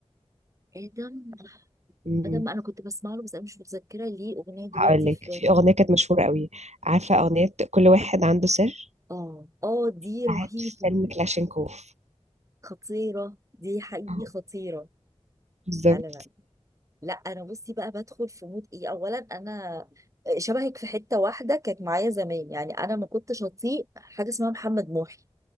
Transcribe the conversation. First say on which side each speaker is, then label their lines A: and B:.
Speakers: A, on the right; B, on the right.
A: ادم
B: مم.
A: ادم انا كنت بسمع له بس انا مش متذكره ليه اغنيه دلوقتي
B: هقول لك
A: في
B: في اغنيه كانت مشهوره قوي عارفه اغنيه كل واحد عنده سر
A: اه اه دي
B: بتاعت
A: رهيبه
B: فيلم كلاشينكوف
A: خطيره دي حقيقي
B: أهو،
A: خطيره
B: بالظبط
A: لا لا لا لا انا بصي بقى بدخل في مود ايه اولا انا شبهك في حته واحده كانت معايا زمان يعني انا ما كنتش اطيق حاجه اسمها محمد محي